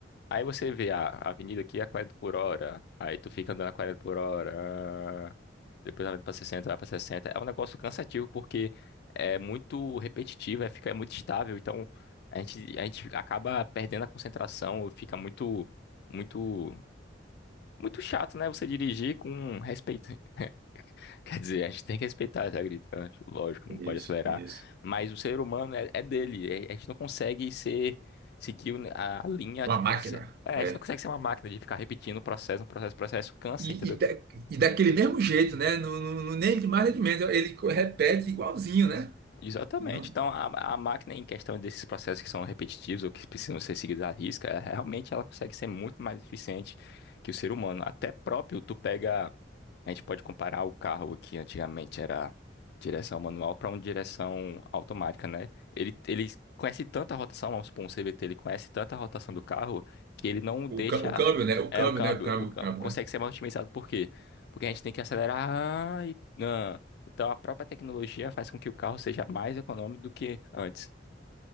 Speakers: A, on the left; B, on the right.
A: Aí você vê a a avenida aqui é a 40 por hora. Aí tu fica andando a 40 por hora. ah, Depois ela vai pra 60, vai pra 60. É um negócio cansativo porque é muito repetitivo, é, fica, é muito estável. Então a gente, a gente acaba perdendo a concentração, fica muito, muito, muito chato, né? Você dirigir com respeito. <laughs> Quer dizer, a gente tem que respeitar essa gritante, lógico, não
B: Isso,
A: pode acelerar.
B: isso.
A: Mas o ser humano é, é dele. é- A gente não consegue ser, seguir a, a linha,
B: Uma
A: tipo,
B: máquina.
A: se- é, a
B: É.
A: gente não consegue ser uma máquina de ficar repetindo o processo, um processo, processo, cansa,
B: E,
A: entendeu?
B: e, da- e daquele mesmo jeito, né? Não, não- não- nem de mais nem de menos. Ele co- repete igualzinho, né?
A: Exatamente.
B: Não,
A: Então, a, a máquina, em questão desses processos que são repetitivos ou que precisam ser seguidos à risca, é- realmente ela consegue ser muito mais eficiente que o ser humano. Até próprio, tu pega. A gente pode comparar o carro que antigamente era direção manual para uma direção automática, né? Ele, ele conhece tanta rotação, vamos supor, um CVT, ele conhece tanta rotação do carro que ele não
B: o,
A: deixa
B: cã- o câmbio, né? O
A: é
B: câmbio,
A: o câmbio,
B: né? O câmbio,
A: o câmbio
B: o câmbio,
A: consegue
B: né?
A: ser mais otimizado. Por quê? Porque a gente tem que acelerar ah, e ah. Então a própria tecnologia faz com que o carro seja mais econômico do que antes.